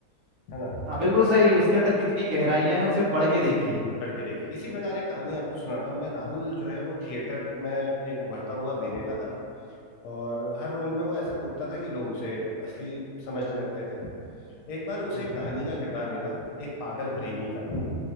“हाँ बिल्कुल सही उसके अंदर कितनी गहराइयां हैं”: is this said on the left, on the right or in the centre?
Right